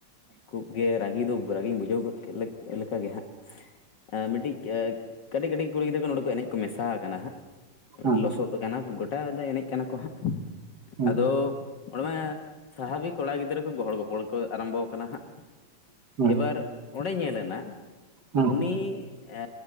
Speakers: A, on the left (about 65°); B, on the right (about 55°).
A: ᱠᱩᱼᱼ ᱜᱮ ᱨᱟᱹᱜᱤ ᱫᱚ ᱨᱟᱹᱜᱤᱧ ᱵᱩᱡᱷᱟᱹᱣ ᱜᱚᱫ ᱠᱮᱫ ᱞᱮᱠᱟᱜᱮ ᱦᱟᱸᱜ ᱢᱤᱫᱴᱤᱡ ᱠᱟᱹᱴᱤᱡ ᱠᱟᱹᱴᱤᱡ ᱠᱩᱲᱤ ᱜᱤᱫᱽᱨᱟᱹ ᱠᱚ ᱱᱚᱰᱮ ᱠᱚ ᱮᱱᱮᱡ ᱠᱚ ᱢᱮᱥᱟ ᱟᱠᱟᱱᱟ ᱦᱟᱸᱜ ᱢᱤᱫᱴᱤᱡ
B: ᱦᱮᱸ
A: ᱞᱚᱥᱚᱫ ᱠᱟᱱᱟ <unintelligible> ᱜᱚᱴᱟ ᱧᱤᱫᱟᱹ ᱮᱱᱮᱡ ᱠᱟᱱᱟ ᱠᱚ ᱦᱟᱸᱜ
B: ᱦᱮᱸ
A: ᱟᱫᱚ ᱚᱸᱰᱮᱢᱟ ᱥᱟᱦᱟᱵᱤᱠ ᱠᱚᱲᱟ ᱜᱤᱫᱽᱨᱟᱹ ᱠᱚ ᱜᱚᱦᱚᱲᱚ ᱜᱚᱯᱚᱲ ᱠᱚ ᱟᱨᱟᱢᱵᱚ ᱟᱠᱟᱱᱟ ᱦᱟᱸᱜ
B: ᱦᱮᱸ
A: ᱮᱵᱟᱨ ᱚᱸᱰᱮ ᱧᱮᱞ ᱮᱱᱟ
B: ᱦᱮᱸ
A: ᱩᱱᱤ ᱮ